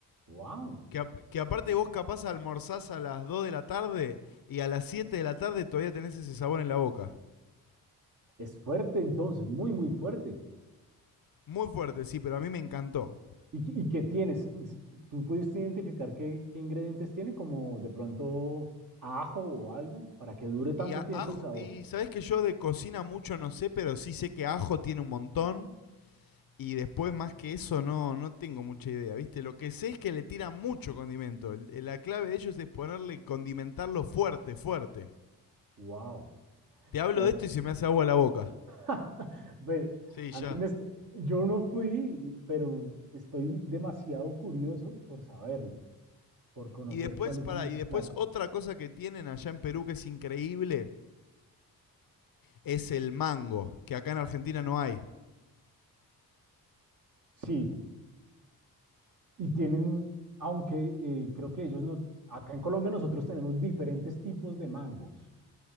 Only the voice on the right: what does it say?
¡Wow!
Es fuerte entonces, muy, muy fuerte.
¿Y, qué y qué tienes? ¿Tú pudiste identificar qué, qué ingredientes tiene, como de pronto ajo o algo, para que dure tanto
tiempo
el sabor?
¡Wow!
Pero,
<laughs> pues,
a
mí me est- yo no fui, pero estoy demasiado curioso por saberlo, por conocer
cuáles
son esos
platos.
Sí, y tienen, aunque eh, creo que ellos no, acá en Colombia nosotros tenemos diferentes tipos de mangos.